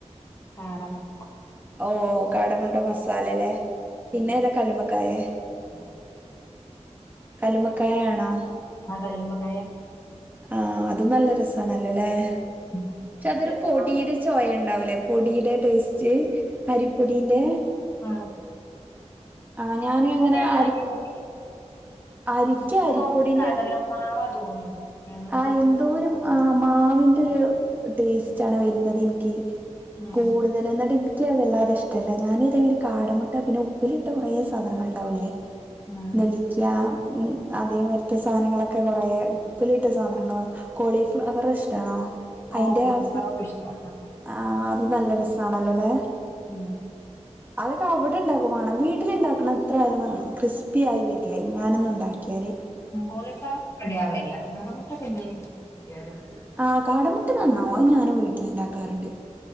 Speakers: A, on the left; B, on the right.
A: കാടമക്ക
B: ഓ കാടമുട്ട മസാല ലെ.
A: ഉം.
B: പിന്നെ ഏതാ കല്ലുമ്മക്കായെ?
A: <inaudible>
B: കല്ലുമക്കായ ആണോ?
A: ആ കല്ലുമ്മക്കായ
B: ആ അത് നല്ല രസാണല്ലലെ
A: ഉം.
B: ക്ഷെ
A: ഉപ്പിലിട്ട്
B: അതൊരു പൊടീടെ
A: ആ,
B: ചൊയ ണ്ടാവുലേ പൊടീടെ ടേസ്റ്റ് അരിപ്പൊടീന്റെ
A: ആ
B: ആ ഞാന്
A: അടിപൊളിയാണ്
B: ങ്ങനെ അരി
A: അരിയല്ലെങ്കിൽ
B: അരിക്ക്
A: എനിക്ക്
B: അരിപ്പൊടിന്റെ
A: തോന്നുന്നു കടലമാവാ തോന്നുന്നു രണ്ടും കൂടി
B: ആ
A: കൂടിയിട്ടാണ്
B: എന്തോരു ആ മാവ്ന്റൊരു ടേസ്റ്റാണ് വരുന്നത് ൻക്ക്
A: ഉം,
B: കൂടുതലാ ന്ന്ട്ടിൻ ക്ക് അയ് വല്ലതെ ഇഷ്ടല്ല ഞാൻ ഇതെങ്ങ കാടമുട്ട പിന്നെ ഉപ്പിലിട്ട കുറെ സാധനങ്ങൾ ണ്ടാവൂലെ
A: ഉം.
B: നെല്ലിക്ക മ് അതേമാര്ത്തെ സാനങ്ങളൊക്കെ കൊറെ ഉപ് പ്പിലിട്ട സാധനങ്ങള് വാ കോളിഫ്ലവറിഷ്ഠാണോ
A: ഓ
B: അയ്ന്റെ
A: കോളിഫ്ലവർ
B: അ സ
A: ഇഷ്ടമാണ്
B: ആ അതും നല്ല രസാണല്ലോലെ
A: മ്
B: അതൊക്കവ്ട് ണ്ടാക്കുവാണം വീട്ടില്ണ്ടാക്ക്ണത്രയാലും നന്ന് ക്രിസ്പ്യായി വരില്ല ഞാനൊന്നുണ്ടാക്ക്യാൽ
A: <unintelligible>
B: ആ കാടമുട്ട നന്നാവും അയ് ഞാനും വീട്ട്ല്ണ്ടാക്കാറ്ണ്ട്